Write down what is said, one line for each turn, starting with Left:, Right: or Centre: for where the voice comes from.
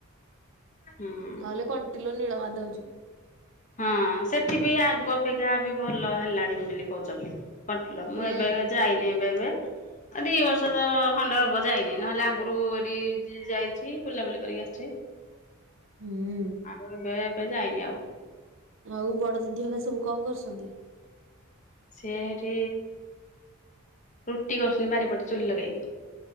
Left: ହୁଁ।
Right: ନହେଲେ କଣ୍ଟିଲୋ ନୀଳ ମାଧଧ ଯିବୁ।
Left: ହଁ ସେଠିବି ଆଗ ଅପେକ୍ଷା ବି ଭଲ ହେଲାଣି ବୋଲି କହୁଛନ୍ତି। କଣ୍ଟିଲ ମୁଁ
Right: ହୁଁ।
Left: ଏବେ ଯାଇନି ଏବେ ଏବେ। ଆ ଦି ବର୍ଷ ତ ଖଣ୍ଡେ ହବ ଯାଇନି ନହେଲେ ଆଗରୁ ଏଟି ଯାଇଛି ବୁଲାବୁଲି କରିକି ଆସିଛି।
Right: ହୁଁ।
Left: ଆଉ ଏବେ ଏବେ ଯାାଇନି ଆଉ।
Right: ଆ ବଡ଼ ଦିଦି ହେରିକା ସବୁ କଣ କରୁସନ୍ତି?
Left: ସିଏ ହେଠି ରୁଟି କରୁସନ୍ତି ବାରିପଟେ ଚୁଲି ଲଗେଇକି।